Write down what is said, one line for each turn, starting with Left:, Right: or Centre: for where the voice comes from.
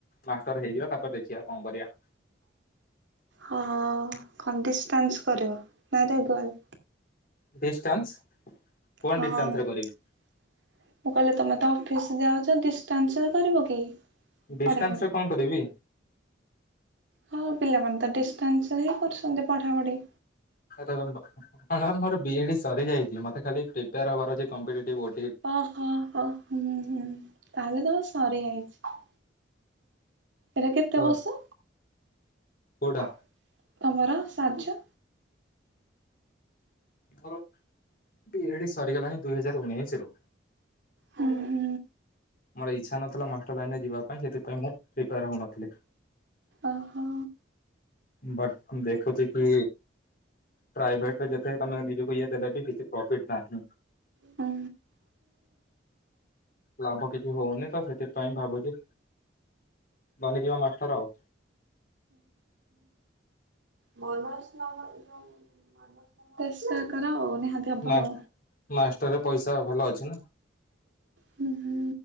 Left: ମାଷ୍ଟର ହେଇଯିବା ତାପରେ ଦେଖିବା କଣ କରିବା।
Right: ହଁ ଖଡି ଡିଷ୍ଟାନ୍ସ କରିବ ନାଇଁ ରେଗୁଲାର।
Left: ଡିଷ୍ଟାନ୍ସ। କଣ
Right: ହଁ
Left: ଡିଷ୍ଟାନ୍ସ
Right: ମୁଁ
Left: ରେ କରିବି
Right: କହିଲେ ତମେ ତ ଅଫିସ୍ ଯାଉଛ ଡିଷ୍ଟାନ୍ସ କରିବ କି।
Left: ଡିଷ୍ଟାନ୍ସ
Right: ପଢାପଢି?
Left: ରେ କଣ କରିବି।
Right: ହଁ ପିଲାମାନେ ତ ଡିଷ୍ଟାନ୍ସରେ ହିଁ କରୁଛନ୍ତି ପଢାପଢି।
Left: ମୋର ବିଇଡି ସରିଯାଇଛି ମତେ ଖାଲି ପ୍ରିପେୟାର ହବାର ଅଛି କମ୍ପିଟିଟିବି ଓ
Right: ଓ ହୋ ହ ହୁଁ ହୁଁ ତାହେଲେ ତମେ ସରିଯାଇଛି। ଏରା କେତେ
Left: ତ
Right: ବର୍ଷ।
Left: କୋଉଟା
Right: ତମର ସାର୍ଜ।
Left: ମୋର ବି ଏ ଡି ସରିଗଲାଣି ଦୁଇ ହଜାର ଉଣେଇଶିରୁ।
Right: ହୁଁ ହୁଁ।
Left: ମୋର ଇଚ୍ଛା ନଥିଲା ମାଷ୍ଟର ଲାଇନ ରେ ଯିବା ପାଇଁ ସେଥିପାଇଁ ମୁଁ ପ୍ରିପେୟାର ହଉନଥିଲି।
Right: ଓହୋ।
Left: ବଟ୍ ଦେ ଖୋଯିକି ପ୍ରାଇଭେଟ୍ ରେ ଯେତେ ତମେ ନିଜକୁ ଇଏ ଦେଲେ ବି କିଛି ପ୍ରଫିଟ୍ ନାହିଁ।
Right: ହୁଁ
Left: ଲାଭ କିଛି ହଉନି ତ ସେଥିପାଇଁ ଭାବୁଛି ବନିଯିବା ମାଷ୍ଟର ଆଉ।
Right: ନମସ୍କାରେ ମାଡାମ୍ କୁହନ୍ତୁ ତେସ୍ନା କର ଆଉ ନିହାତି ହବ
Left: ମା
Right: ଆଉ
Left: ମାଷ୍ଟର ପଇସା ଭଲ ଅଛି ନା
Right: ହୁଁ ହୁଁ